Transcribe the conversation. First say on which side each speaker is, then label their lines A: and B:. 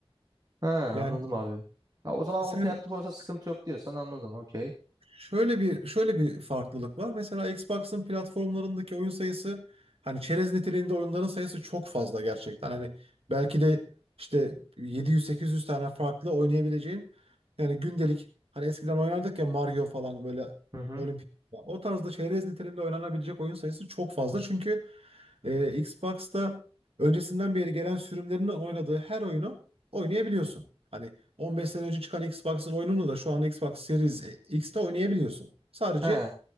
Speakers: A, on the right; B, on the right.
A: Ha
B: Yani
A: anladım abi. Ha, o zaman
B: sen
A: o fiyatta konusunda sıkıntı yok diyorsan anladım. Okey.
B: Şöyle bir şöyle bir farklılık var. Mesela Xbox'ın platformlarındaki oyun sayısı hani çerez niteliğinde oyunların sayısı çok fazla gerçekten. Hani belki de işte 700-800 tane farklı oynayabileceğin yani gündelik hani eskiden oynardık ya Mario falan böyle
A: Hı hı.
B: olimpik o tarzda çerez niteliğinde oynanabilecek oyun sayısı çok fazla. Çünkü e, Xbox'ta öncesinden beri gelen sürümlerinin oynadığı her oyunu oynayabiliyorsun. Hani 15 sene önce çıkan Xbox'ın oyununu da şu an Xbox Series X'te oynayabiliyorsun. Sadece
A: He.